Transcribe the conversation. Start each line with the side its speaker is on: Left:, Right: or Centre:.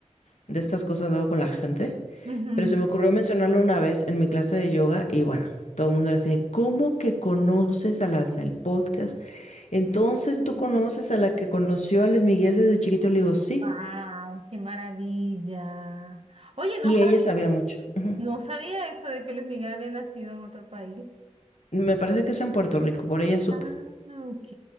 Left: de estas cosas luego con la gente,
Right: Ujú,
Left: pero se me ocurrió mencionarlo una vez en mi clase de yoga y bueno, todo el mundo era así, de, ¿cómo que conoces a las del podcast? Entonces
Right: ujú.
Left: tú conoces a la que conoció a Luis Miguel desde chiquito, le digo, sí,
Right: Wow, qué maravilla. Oye, no
Left: y
Right: sabía,
Left: ella sabía mucho. Ujú.
Right: no sabía eso de que Luis Miguel había nacido en otro país.
Left: Me parece que es en Puerto Rico, por ella supe.
Right: Ah, ok,